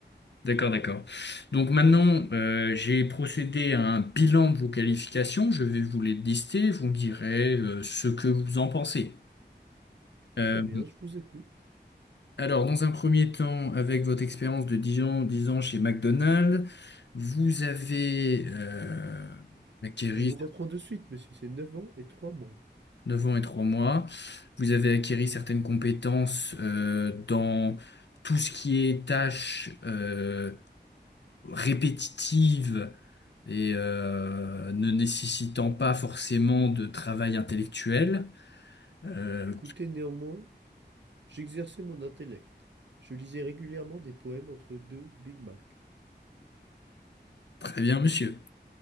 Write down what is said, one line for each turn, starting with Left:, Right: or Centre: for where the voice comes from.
Left: d'accord, d'accord. Donc maintenant, euh, j'ai procédé à un bilan de vos qualifications. Je vais vous les lister. Vous me direz euh, ce que vous en pensez. Euh,
Right: Très bien, je vous écoute.
Left: Alors, dans un premier temps, avec votre expérience de 10 ans, 10 ans chez McDonald's, vous avez euh, acquéri
Right: Je vous reprends de suite, monsieur, c'est 9 ans et trois mois.
Left: 9 ans et 3 mois, vous avez acquéri certaines compétences euh, dans tout ce qui est tâches euh, répétitives et euh, ne nécessitant pas forcément de travail intellectuel. Euh,
Right: Écoutez, néanmoins, j'exerçais mon intellect. Je lisais régulièrement des poèmes entre deux Big Mac.
Left: très bien, monsieur.